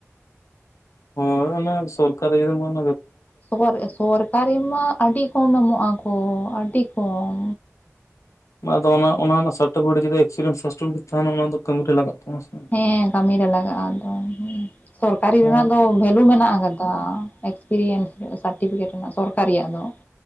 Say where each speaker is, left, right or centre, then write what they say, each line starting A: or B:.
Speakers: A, on the left (about 70°); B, on the left (about 30°).
A: ᱦᱳᱭ ᱚᱱᱟ ᱥᱚᱨᱠᱟᱨ ᱤᱭᱟᱹ ᱮᱢᱟᱱ
B: ᱥᱚᱵᱚᱨ ᱮᱷ ᱥᱚᱨᱠᱟᱨᱤᱼᱨᱮ ᱢᱟ ᱟᱹᱰᱤ ᱠᱚᱢ ᱮᱢᱚᱜ ᱟᱠᱚ ᱟᱹᱰᱤ ᱠᱚᱢ᱾
A: ᱵᱟᱸ ᱟᱫᱚ ᱚᱱᱟ ᱚᱱᱟ ᱱᱮᱱᱟᱜ ᱥᱟᱨᱴᱚᱯᱤᱠᱮᱴ ᱡᱚᱫᱤ ᱮᱠᱥᱯᱨᱤᱭᱮᱸᱥ ᱥᱟᱨᱴᱚᱯᱤᱠᱮᱴ ᱛᱟᱦᱮᱱᱟ ᱚᱱᱟ ᱫᱚ ᱠᱟᱹᱢᱤ ᱨᱮ ᱞᱟᱜᱟᱜ ᱛᱟᱢᱟ ᱥᱮ᱾
B: ᱦᱮᱸ ᱠᱟᱹᱢᱤ ᱨᱮ ᱞᱟᱜᱟᱜᱼᱟ, ᱟᱫᱚ ᱦᱩᱸ ᱥᱚᱨᱠᱟᱨᱤ
A: ᱦᱮᱸ
B: ᱨᱮᱱᱟᱜ ᱫᱚ ᱵᱷᱮᱞᱩ ᱢᱮᱱᱟᱜ ᱟᱠᱟᱫᱟ, ᱮᱠᱥᱯᱮᱨᱤᱭᱤᱱᱥ ᱥᱟᱨᱴᱤᱯᱤᱠᱮᱴ ᱨᱮᱱᱟᱜ ᱥᱚᱨᱠᱟᱨᱤᱭᱟᱜ ᱫᱚ᱾